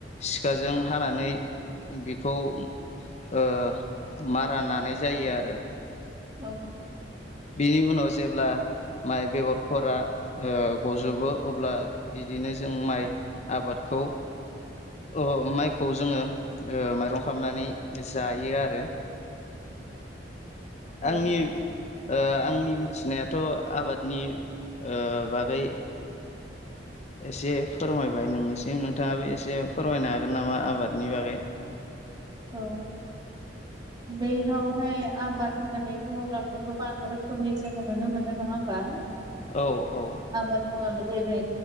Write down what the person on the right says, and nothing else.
औ
औ
<inaudible>
औ बैयावहाय आबाद होननानै बुंङोब्लाथ' गोबां रोखोमनि जोंङो नुनो मोनो नंङा होमबा
आबाद मावनानै जेरै